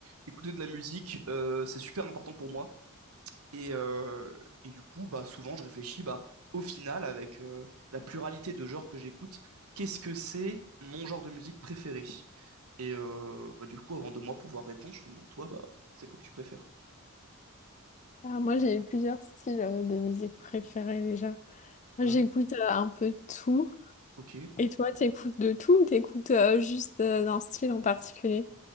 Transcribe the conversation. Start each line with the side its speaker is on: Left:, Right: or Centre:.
Right: écouter de la musique, euh, c'est super important pour moi. Et, euh, et du coup, bah, souvent, je réfléchis, bah, au final, avec euh, la pluralité de genres que j'écoute, qu'est-ce que c'est mon genre de musique préféré? Et euh, bah, du coup, avant de moi pouvoir répondre, je te demande, toi, bah, c'est quoi que tu préfères?
Left: Ah, moi, j'ai plusieurs styles euh, de musique préférés déjà. Moi,
Right: Ouais,
Left: j'écoute euh, un peu de tout.
Right: ok.
Left: Et toi, t'écoutes de tout ou t'écoutes euh, juste euh, d'un style en particulier?